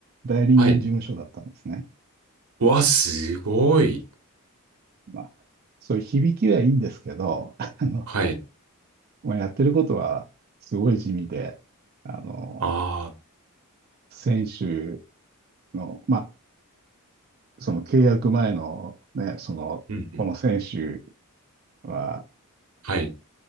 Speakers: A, on the right; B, on the right.
A: 代理人事務所だったんですね。
B: はい。わ、すごい。
A: まあ、そういう響きはいいんですけど、<laughs> あの、
B: はい。
A: まあ、やってることはすごい地味で、あの、
B: あ
A: 選手の、まあ、その契約前のね、その、
B: ー、うんうん。
A: この選手は
B: はい。